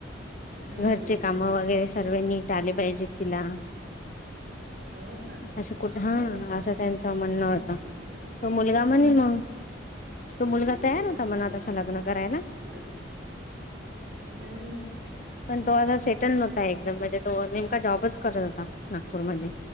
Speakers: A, on the right; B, on the left.
A: हम्म हम्म
B: घरचे
A: हम्म
B: काम वगैरे सर्वांनी आले पाहिजेत तिला
A: हो का मी
B: असं कुठ
A: आलो
B: हा
A: आता बाहेर
B: असं त्यांचं म्हणणं
A: <unintelligible>
B: होतं तो मुलगा म्हणे मग तो
A: <inaudible> दोघी
B: मुलगा
A: एकमेकांवर
B: तयार होता म्हणा तसं लग्न करायला
A: <unintelligible> <inaudible> ह ना
B: पण तो आ सेटल नव्हता एकदम म्हणजे तो नेमका जॉबच करत होता नागपूरमध्ये